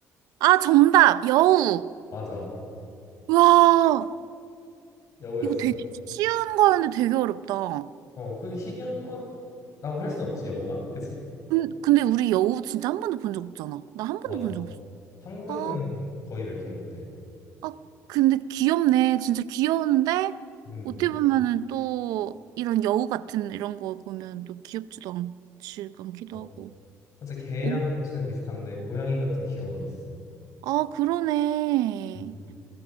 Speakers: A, on the right; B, on the left.
A: 아, 정답. 여우.
B: 맞아.
A: 와,
B: 여우였어.
A: 이거 되게 쉬운 거였는데 되게 어렵다.
B: 어, 그 희귀한 거라고 할 순 없지, 여우가. 그치?
A: 근- 근데 우리 여우 진짜 한 번도 본 적 없잖아. 나 한 번도
B: 맞아.
A: 본 적 없어.
B: 한국에서는
A: 아,
B: 거의 멸종됐대.
A: 어, 근데 귀엽네. 진짜 귀여운데,
B: 음,
A: 어떻게 보면은 또 이런 여우 같은 이런 거 보면 또 귀엽지도 않지, 않기도
B: 맞아.
A: 하고.
B: 진짜 개랑
A: 어,
B: 덩치는 비슷한데 고양이 같은 귀여움이 있어.
A: 아, 그러네.
B: 음,